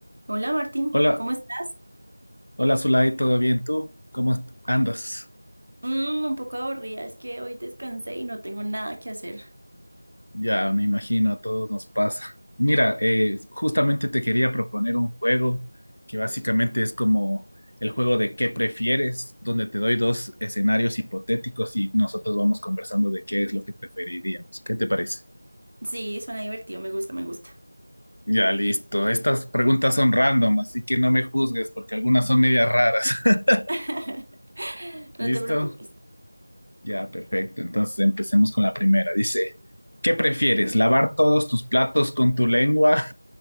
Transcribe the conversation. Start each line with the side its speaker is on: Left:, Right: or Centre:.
Right: Hola Martín,
Left: Hola,
Right: ¿cómo estás?
Left: hola Zulay, ¿todo bien tú? ¿Cómo est- andas?
Right: Mm, un poco aburrida, es que hoy descansé y no tengo nada que hacer.
Left: Ya me imagino, a todos nos pasa. Mira, eh, justamente te quería proponer un juego que básicamente es como el juego de qué prefieres, donde te doy dos escenarios hipotéticos y nosotros vamos conversando de qué es lo que preferiríamos. ¿Qué te parece?
Right: Sí, suena divertido, me gusta, me gusta.
Left: Ya, listo. Estas preguntas son random, así que no me juzgues porque algunas son medias raras. <laughs>
Right: <laughs> No
Left: ¿Listo?
Right: te preocupes.
Left: Ya, perfecto. Entonces empecemos con la primera. Dice, ¿qué prefieres? ¿Lavar todos tus platos con tu lengua